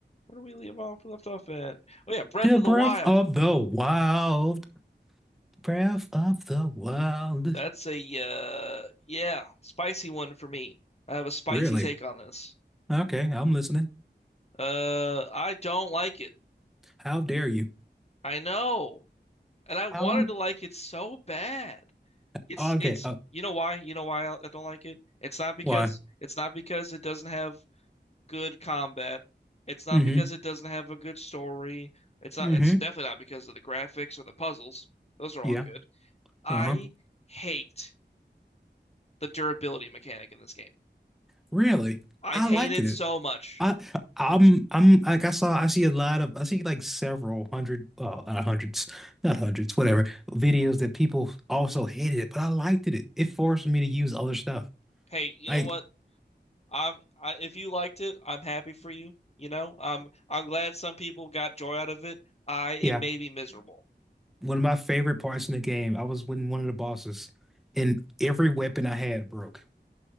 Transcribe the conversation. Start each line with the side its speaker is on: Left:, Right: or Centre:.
Left: Where do we leave off? We left off at oh yeah, Breath
Centre: The
Left: of
Centre: Breath
Left: the Wild.
Centre: of the Wild. Breath of the Wild.
Left: That's a uh yeah, spicy one for me. I have a spicy
Centre: Really?
Left: take on this.
Centre: Okay, I'm listening.
Left: Uh, I don't like it.
Centre: How dare you?
Left: I know, and I wanted
Centre: How?
Left: to like it so bad. It's
Centre: Okay,
Left: it's
Centre: uh,
Left: you know why? You know why I I don't like it? It's not because
Centre: why?
Left: it's not because it doesn't have good combat. It's not
Centre: Mm-hmm.
Left: because it doesn't have a good story. It's not.
Centre: Mm-hmm.
Left: It's definitely not because of the graphics or the puzzles. Those are
Centre: Yeah.
Left: all good. I
Centre: Uh-huh.
Left: hate the durability mechanic in this game.
Centre: Really?
Left: I
Centre: I
Left: hate
Centre: liked
Left: it
Centre: it.
Left: so much.
Centre: I I'm I'm like I saw I see a lot of I see like several hundred uh not hundreds, not hundreds, whatever, videos that people also hated it, but I liked it. It forced me to use other stuff.
Left: Hey, you
Centre: Like,
Left: know what? I'm I, if you liked it, I'm happy for you. You know, um, I'm glad some people got joy out of it. I it
Centre: yeah.
Left: made me miserable.
Centre: One of my favorite parts in the game, I was winning one of the bosses, and every weapon I had broke. <laughs>